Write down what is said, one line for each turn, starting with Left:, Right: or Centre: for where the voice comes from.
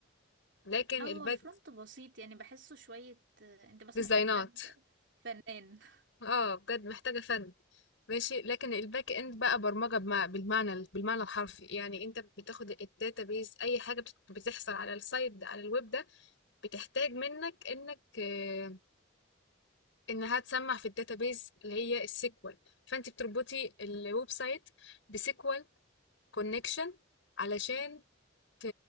Left: لكن
Right: اه هو
Left: الباك
Right: الفرونت بسيط يعني بحسه شويه آه، انت بس
Left: ديزاينات
Right: محتاج حد فنان <laughs>
Left: اه بجد محتاجة فن ماشي لكن الباك اند بقى برمجة بمع... بالمعنى بالمعنى الحرفي يعني انت بتاخد الداتابيز اي حاجة بت- بتحصل على السايت ده على الويب ده بتحتاج منك انك آه، انها تسمع في الداتابيز اللي هي السيكوال فانت بتربطي الويب سايت بسيكوال كونكشن علشان ت-